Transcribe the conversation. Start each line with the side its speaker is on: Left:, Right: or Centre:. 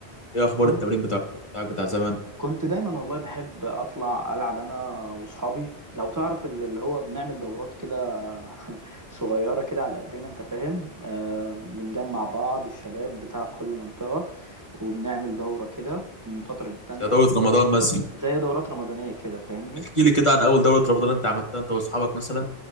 Left: ايه اخبار
Right: كنت
Left: التمرين بتاع بتاعك بتاع زمان
Right: كنت دايما والله بحب اطلع العب انا واصحابي لو تعرف ال- اللي هو بنعمل دورات كده <laughs> صغيره كده على قدنا انت فاهم آه بنجمع بعض الشباب بتاع كل منطقه وبنعمل دوره كده من فتره للتانيه
Left: ده دوره رمضان مثلا
Right: زي دورات رمضانيه كده فاهمني
Left: احكي لي كده عن اول دوره رمضان انت عملتها انت واصحابك مثلا